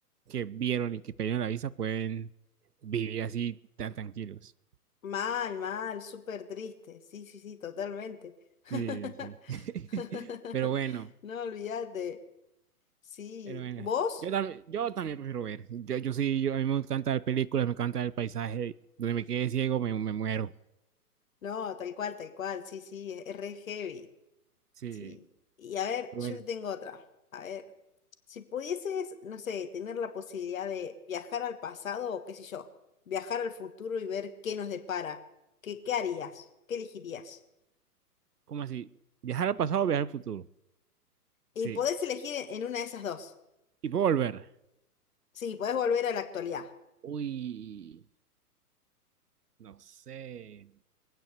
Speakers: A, on the right (about 75°); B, on the left (about 55°).
A: que vieron y que pidieron la visa pueden vivir así tan tranquilos.
B: Mal, mal, súper triste. Sí, sí, sí, totalmente. <laughs>
A: Sí, sí. <laughs>
B: <laughs>
A: Pero bueno,
B: No, olvídate. Sí.
A: pero bueno.
B: ¿Vos?
A: Yo también, yo también prefiero ver. Yo, yo sí, yo, a mí me encanta ver películas, me encanta el paisaje. Donde me quede ciego, me, me muero.
B: No, tal cual, tal cual. Sí, sí, es, es re heavy.
A: Sí.
B: Sí. Y a ver,
A: Pero
B: yo
A: bueno,
B: te tengo otra. A ver, si pudieses, no sé, tener la posibilidad de viajar al pasado o qué sé yo, viajar al futuro y ver qué nos depara, ¿qué, qué harías? ¿Qué elegirías?
A: ¿cómo así? ¿Viajar al pasado o viajar al futuro?
B: Y
A: Sí.
B: podés elegir en en una de esas dos.
A: y puedo volver.
B: Sí, podés volver a la actualidad.
A: Uy, no sé.